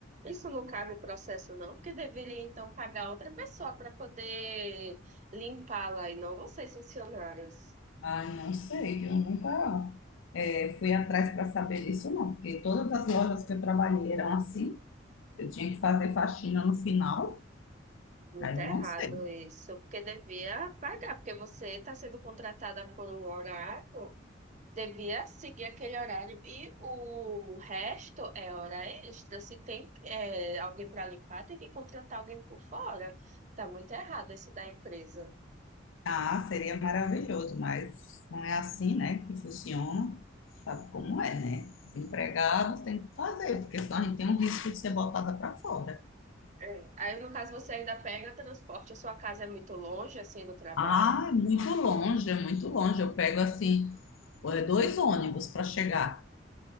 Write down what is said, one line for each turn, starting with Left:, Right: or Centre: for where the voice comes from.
Right: isso não cabe no processo, não, porque deveria então pagar outra pessoa para poder limpá-la e não vocês, funcionários.
Left: Ai, não sei, eu nunca eh, fui atrás para saber disso, não, porque todas as lojas que eu trabalhei eram assim, eu tinha que fazer faxina no final,
Right: Muito
Left: daí
Right: errado
Left: eu não sei.
Right: isso, porque devia pagar, porque você está sendo contratada por um horário. Devia seguir aquele horário. E o resto é hora extra. Se tem é, alguém para limpar, tem que contratar alguém por fora. Tá muito errado isso da empresa.
Left: Ah, seria maravilhoso, mas não é assim, né, que funciona, sabe como é, né? Os empregados têm que fazer, porque senão a gente tem um risco de ser botada para fora.
Right: É. Aí, no caso, você ainda pega transporte, a sua casa é muito longe, assim, do trabalho.
Left: Ah, é muito longe, é muito longe, eu pego assim, eh, dois ônibus para chegar,